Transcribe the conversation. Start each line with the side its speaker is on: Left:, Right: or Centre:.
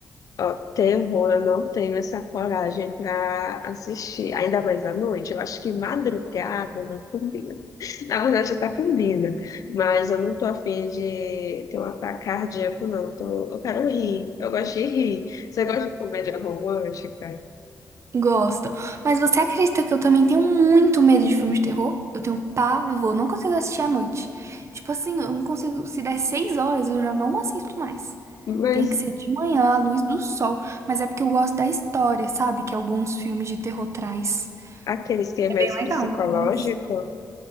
Left: Ó, terror, eu não tenho essa coragem para assistir. Ainda mais à noite. Eu acho que madrugada não combina. Na verdade, até combina. Mas eu não tô afim de ter um ataque cardíaco, não. Tô... Eu quero rir. Eu gosto de rir. Você gosta de comédia romântica?
Right: Gosto. Mas você acredita que eu também tenho muito medo de filmes de terror? Eu tenho pavor, não consigo assistir à noite. Tipo assim, eu não consigo. Se der seis horas, eu já não assisto mais.
Left: Mas
Right: Tem que ser de manhã, à luz do sol. Mas é porque eu gosto da história, sabe? Que alguns filmes de terror traz.
Left: aqueles que é
Right: É
Left: mais
Right: bem
Left: psicológico.
Right: legal, algumas.